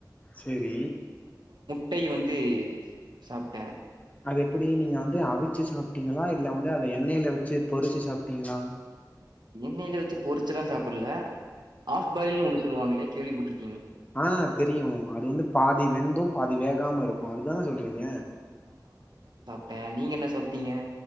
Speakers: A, on the left; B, on the right.
A: சரி
B: டையு வந் து சாப்ட்டே
A: அது எப்படி நீங்க வந்து அவிச்சு சாப்ட்டீங்களா இல்ல வந்து அத எண்ணெயில வச்சு பொறிச்சு சாப்ட்டீங்களா
B: எண்ணெயில வச்சு பொறிச்ச எல்லா சாப்பில்ல ஆஃப் பாய்ல்னு ஒண்ணு சொல்லுவாங்களே கேள்விப்பட்டுரு
A: ஆஹ் தெரியு அது வந்து பாதி வெந்தும் பாதி வேக காம இருக்கு அது தானே சொல்றீங்க
B: அ நீங்க என்ன சாப்ட்டீங்க